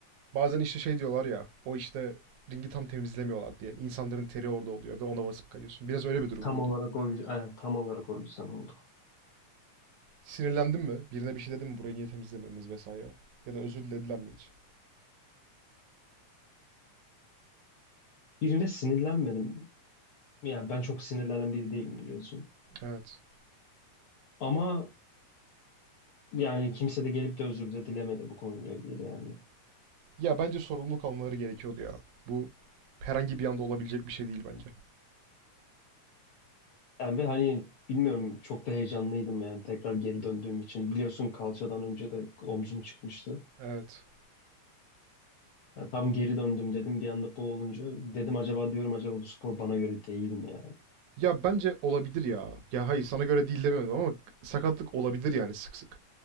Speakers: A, on the right; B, on the left.
A: Bazen işte şey diyorlar ya. O işte ringi tam temizlemiyorlar diye. İnsanların teri orada oluyor ve ona basıp kayıyorsun. Biraz öyle bir durum
B: Tam
A: muydu?
B: olarak o yüzden, evet, tam olarak o yüzden oldu.
A: Sinirlendin mi? Birine bir şey dedin mi? Burayı niye temizlemediniz vesaire? Ya da özür dilediler mi hiç?
B: Birine sinirlenmedim. Yani ben çok sinirlenen biri değilim biliyorsun.
A: Evet.
B: Ama yani kimse de gelip de özür de dilemedi bu konuyla ilgili yani.
A: Ya bence sorumluluk almaları gerekiyordu ya. Bu herhangi bir anda olabilecek bir şey değil bence.
B: Yani ve hani bilmiyorum çok da heyecanlıydım yani tekrar geri döndüğüm için. Biliyorsun kalçadan önce de omzum çıkmıştı.
A: Evet.
B: Yani tam geri döndüm dedim bir anda bu olunca dedim acaba diyorum acaba bu spor bana göre değil mi yani?
A: Ya bence olabilir ya. Ya hayır sana göre değil demiyorum ama sakatlık olabilir yani sık sık.